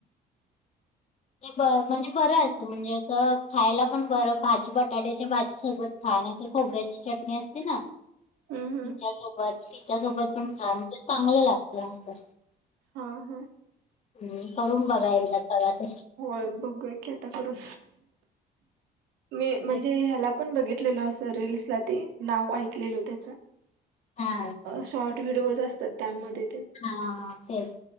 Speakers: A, on the left (about 40°); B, on the right (about 90°).
A: ते ब म्हणजे बरं असतो म्हणजे असं खायला पण बरं भाजी बटाट्याच्या भाजी सोबत खा नाही तर खोबऱ्याची चटणी असते ना
B: हम्म
A: तिच्या सोबत तिच्या सोबत पण खा म्हणजे चांगलं लागत असं
B: हा हा
A: हम्म करून बघा एकदा तवा ते
B: होय बघूया की आता करून मी
A: तरी
B: म्हणजे ह्याला पण बघितलेलो असं रील्सला ते नाव ऐकलेल त्याचं
A: हा
B: शॉर्ट व्हिडिओज असतात त्यामध्ये ते
A: हा तेच